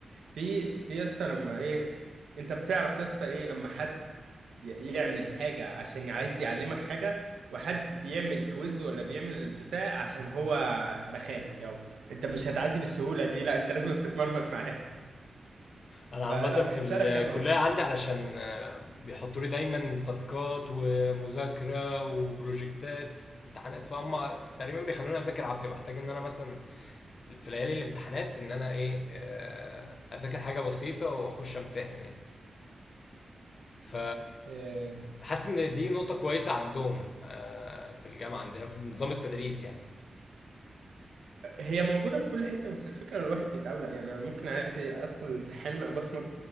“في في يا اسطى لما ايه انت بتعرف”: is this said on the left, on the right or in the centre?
Right